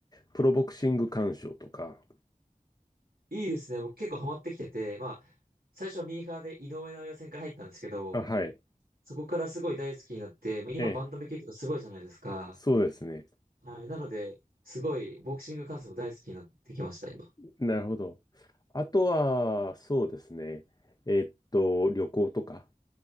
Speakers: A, on the left; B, on the right.
A: プロボクシング鑑賞とか、
B: いいですね。僕結構ハマってきてて、まあ、最初はミーハーで井上尚弥戦から入ったんですけど、
A: あ、はい。
B: そこからすごい大好きになって、もう今バンタム級とかすごいじゃないですか。
A: ええ。そうですね。
B: はい。なので、すごいボクシング観戦も大好きになってきました、今。
A: なるほど。あとは、そうですね。えっと、旅行とか。